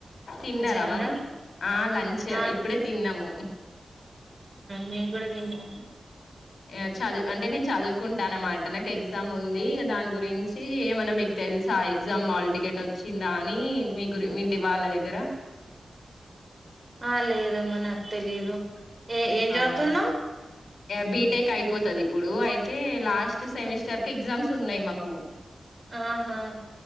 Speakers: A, on the left (about 80°); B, on the right (about 25°).
A: తిన్నారా
B: అయిందా
A: మరి ఆ లంచ్
B: ఆ
A: ఇప్పుడే తిన్నాము అస్
B: మేము కూడా తింటాము
A: యా చద్ అంటే నేను చదువ్ కుంటాన అన్నమాట. నాకు ఎగ్జామ్ ఉంది దాని గురించి ఏమన్నా మీకు తెలుసా ఎగ్జామ్ హల్ టికెట్ వచ్చిందా అని మీ గురి ఇంటి వాల్ల దగ్గర
B: ఆ లేదమ్మ నాకు తేలిదు ఏ ఏం చదువుతున్నావ్
A: అవునా బీటెక్ అయిపోతది. ఇప్పుడు అయితే లాస్ట్ సెమిస్టర్ కి ఎగ్జామ్స్ ఉన్నాయి. మాకు
B: ఆహా